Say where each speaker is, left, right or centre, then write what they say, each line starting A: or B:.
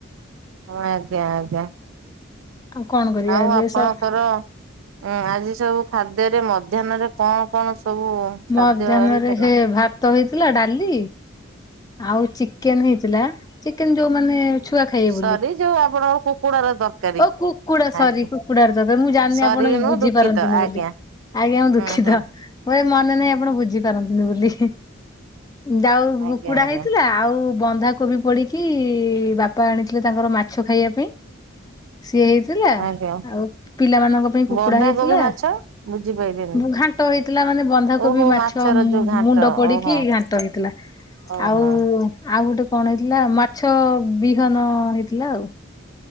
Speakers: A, on the right; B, on the left.
A: ହ ଆଜ୍ଞା ଆଜ୍ଞା।
B: ଆଉ କଣ କରିବା
A: ଆଉ
B: ଏବେ
A: ଆପଣଙ୍କର
B: ସବ
A: ହୁଁ ଆଜି ସବୁ ଖାଦ୍ୟରେ ମଧ୍ୟାହ୍ନରେ କଣ କଣ ସବୁ? ଖାଦ୍ୟ
B: ମଧାହ୍ନରେ
A: ହେଇଥିଲା?
B: ହେ ଭାତ ହେଇଥିଲା ଡାଲି ଆଉ ଚିକେନ ହେଇଥିଲା ଚିକେନ ଯୋଉ ମାନ ଛୁଆ ଖାଇବେ
A: ସରି
B: ବୋଲି
A: ଯୋଉ ଆପଣଙ୍କର କୁକୁଡାର ତରକାରୀ
B: ଓ କୁକୁଡା ସରି
A: ଆଜ୍ଞା।
B: କୁକୁଡ ତବେ ମୁଁ ଜାଣିନି
A: ସରି
B: ଆପଣ
A: ବି ନୁହଁ
B: ବୁଝିପାରନ୍ତିନି
A: ଦୁଃଖିତ ଆଜ୍ଞା
B: ବୋଲି ଆଜ୍ଞା ମୁ ଦୁଃଖିତ।
A: ହୁଁ ହୁଁ
B: ମୋ ଏ ମନେ ନାହିଁ ଆପଣ ବୁଝିପାରନ୍ତିନି ବୋଲି ଯାଉ
A: ଆଜ୍ଞା
B: କୁକୁଡା
A: ଆଜ୍ଞା
B: ହେଇଥିଲା ଆଉ ବନ୍ଧାକୋବି ପଡିକି ବାପା ଆଣିଥିଲେ ତାଙ୍କର ମାଛ ଖାଇବା ପାଇଁ ସିଏ ହେଇଥିଲା
A: ଆଜ୍ଞା।
B: ଆଉ ପିଲାମାନଙ୍କ ପାଇଁ କୁକୁଡା
A: ବନ୍ଧାକୋବି
B: ହେଇଥିଲା।
A: ମାଛ ବୁଝିପାଇଲିନି
B: ଘାଣ୍ଟ ହେଇଥିଲା ମାନେ ବନ୍ଧାକୋବି
A: ଓହୋ
B: ମାଛ
A: ମାଛର ଯୋଉ ଘାଣ୍ଟ
B: ମୁଣ୍ଡ ପଡିକି
A: ଓହୋ।
B: ଘାଣ୍ଟ ହେଇଥିଲା।
A: ଓହୋ
B: ଆଉ ଆଉ ଗୋଟେ କଣ ହେଇଥିଲା ମାଛ ବିହନ ହେଇଥିଲା ଆଉ।